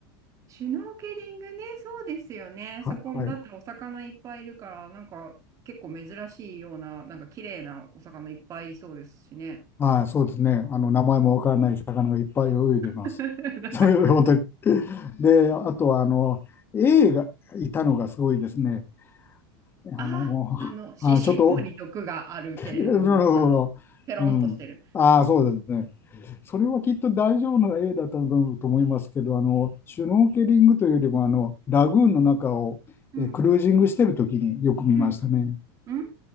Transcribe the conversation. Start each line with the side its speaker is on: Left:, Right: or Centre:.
Right: シュノーケリングね、そうですよね。
Left: は、
Right: そこだってお魚いっぱいいるから、
Left: はい。
Right: なんか結構珍しいような、なんか綺麗なお魚いっぱいいそうですしね。
Left: はい、そうですね。あの、名前もわからない魚がいっぱい泳いでます。
Right: <laughs> 名前わかんない
Left: それ、本当に。で、あとは、あの、エイがいたのがすごいですね。あの、
Right: あ、あの、し、
Left: あのちょっと、
Right: 尻尾に毒があるけれども、
Left: なるほど。
Right: あの、ペロンとしてる。
Left: うん。ああ、そうですね。それはきっと大丈夫な A だったと思いますけど、あの、シュノーケリングというよりも、あの、ラグーンの中をえクルージングしてる時によく見ましたね。
Right: うん、うん、うん。うん